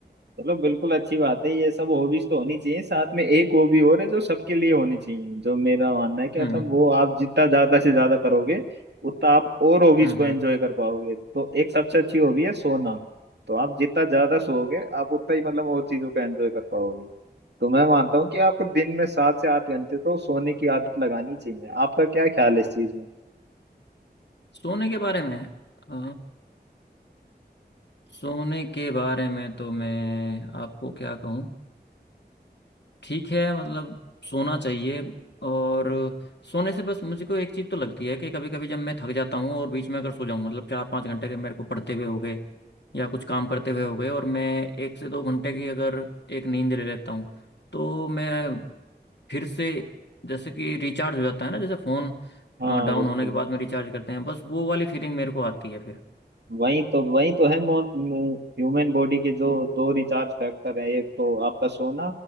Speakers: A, on the right; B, on the left.
A: चलो बिल्कुल अच्छी बात है ये सब हॉबीज तो होनी चाहिए साथ में एक हॉबी और है जो सबके लिए होनी चाहिए जो मेरा मानना है कि
B: हम्म
A: मतलब वो आप जितना ज्यादा से ज्यादा करोगे उतना आप और हॉबीज
B: हम्म
A: को
B: हम्म।
A: एंजॉय कर पाओगे तो एक सबसे अच्छी हॉबी है सोना तो आप जितना ज्यादा सोओगे आप उतना ही मतलब और चीजों को एंजॉय कर पाओगे तो मैं मानता हूँ कि आपको दिन में सात से आठ घंटे तो सोने की आदत लगानी चाहिए आपका क्या ख्याल है इस चीज में
B: सोने के बारे में अ, सोने के बारे में तो मैं आपको क्या कहूँ ठीक है मतलब सोना चाहिए और सोने से बस मुझको एक चीज़ तो लगती है कि कभी कभी जब मैं थक जाता हूँ और बीच में अगर सो जाऊँ मतलब चार पाँच घंटे के मेरे को पढ़ते हुए हो गए या कुछ काम करते हुए हो गए और मैं एक से दो घंटे की अगर एक नींद ले लेता हूँ तो मैं फिर से जैसे कि रिचार्ज हो जाता है ना जैसे फ़ोन
A: हाँ
B: डाउन
A: बिल्कुल
B: होने के बाद में रिचार्ज करते हैं बस वो वाली फीलिंग मेरे को आती है फिर
A: वही तो वही तो है ह्यूमन बॉडी के जो दो रिचार्ज फैक्टर है एक तो आपका सोना